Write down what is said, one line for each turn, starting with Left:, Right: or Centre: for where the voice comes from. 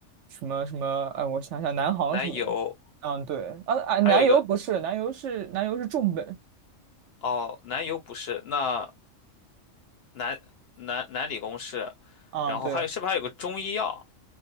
Right: 什么什么，哎，我想想，南航什么的，
Left: 南邮
Right: 嗯，对，啊啊，
Left: 还有一个
Right: 南邮不是，南邮是南邮是重本，
Left: 哦，南邮不是，那南南南理工是，
Right: 嗯，
Left: 然后还有是不是还有个中医药
Right: 对。